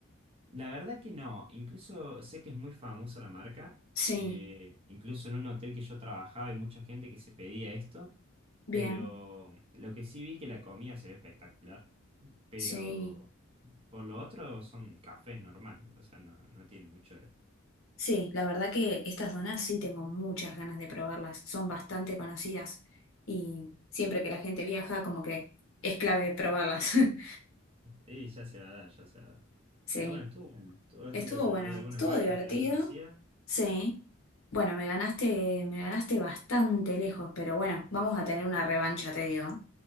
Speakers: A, on the right (about 30°); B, on the left (about 75°).
A: La verdad que no, incluso sé que es muy famosa la marca,
B: Sí,
A: eh, incluso en un hotel que yo trabajaba hay mucha gente que se pedía esto,
B: bien,
A: pero lo que sí vi que la comida se ve espectacular, pero
B: sí.
A: por lo otro son cafés normal, o sea, no, no tiene mucho de...
B: Sí, la verdad que estas donas sí tengo muchas ganas de probarlas. Son bastante conocidas y siempre que la gente viaja como que es clave probarlas. <laughs>
A: Sí, ya se va a dar, ya se va a dar.
B: Sí.
A: Pero bueno, estuvo bueno, estuvo bastante
B: Estuvo
A: bueno.
B: bueno,
A: Hay algunas
B: estuvo
A: marcas
B: divertido,
A: que no conocía,
B: sí. Bueno, me ganaste, me ganaste bastante lejos, pero bueno, vamos a tener una revancha, te digo.